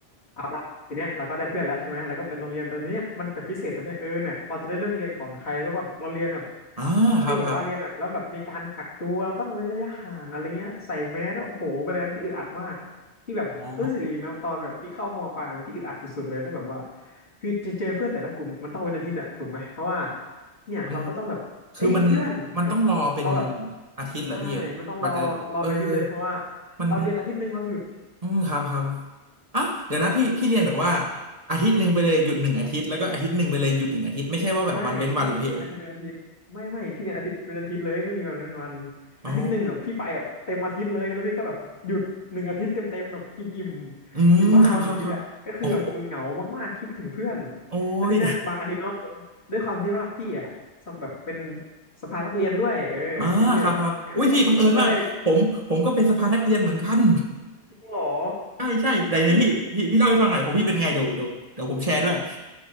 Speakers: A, on the left (about 70°); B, on the right (about 35°).
A: เอาละทีเนี้ยเราก็ได้เพื่อนแล้วใช่ไหมแล้วก็เป็นโรงเรียนแต่ทีเนี้ยมันจะพิเศษตรงเนี้ยเออเนี่ยเราจะได้เลือกเรียนก่อนใครเพราะว่าเราเรียนแบบ
B: อ่าครับครับ
A: คือแบบว่าเรียนแบบแล้วแบบมีการกักตัวเราต้องเว้นระยะห่างอะไรเงี้ยใส่แมสแล้วโอ้โหเป็นอะไรที่อึดอัดมาก พี่แบบรู้สึกอย่างนี้นะตอนแบบพี่เข้ามปลายเนี่ยพี่อึดอัดสุดๆเลยนะแบบว่า
B: อ๋อ
A: คือจะเจอเพื่อนแต่ละกลุ่มเนี่ยมันต้องเป็นอาทิตย์อะถูกไหมเพราะว่าเนี่ยเราก็ต้องแบบเอ้ยเพื่อนแบบเราแบบ
B: มันคือมันมันต้องรอเป็นอาทิตย์เหรอพี่กว่าจะเออ
A: ใช่มันต้องรอรอไปอาทิตย์เลยเพราะว่า
B: มัน
A: เราเรียนอาทิตย์หนึ่งเราหยุด
B: อืมครับครับอ่ะเดี๋ยวนะพี่พี่เรียนแบบว่าอาทิตย์หนึ่งไปเลยหยุดหนึ่งอาทิตย์แล้วก็อาทิตย์หนึ่งไปเลยหยุดหนึ่งอาทิตย์ไม่ใช่ว่าแบบวันเว้นวันเหรอพี่
A: ใช่พี่อาทิตย์เป็นอาทิตย์ไม่ไม่พี่เรียนอาทิตย์เป็นอาทิตย์เลยไม่มีวันเป็นวัน
B: อ๋อ
A: อาทิตย์หนึ่งแบบพี่ไปแบบเต็มอาทิตย์เลยแล้วพี่ก็แบบหยุดหนึ่งอาทิตย์เต็มเต็มแบบอิ่มอิ่ม
B: อืมครับครับครับโอ้โห
A: อยู่บ้านหนึ่งอาทิตย์อ่ะก็คือแบบเหงามากๆคิดถึงเพื่อน
B: โอ้ย
A: แล้วทีเนี้ยบางอาทิตย์เนอะด้วยความที่ว่าพี่อ่ะสำแบบเป็นสภานักเรียนด้วยเออพี่ก็เลยแบบเนี่ยเอ้ยเราก็ได้
B: อ่าครับครับอุ้ยพี่บังเอิญมากผมผมก็เป็นสภานักเรียนเหมือนกัน
A: จริงเหรอ
B: ใช่ใช่ไหนไหนพี่พี่พี่เล่าให้ฟังหน่อยของพี่เป็นไงเดี๋ยวเดี๋ยวเดี๋ยวผมแชร์ด้วย
A: อุ้ย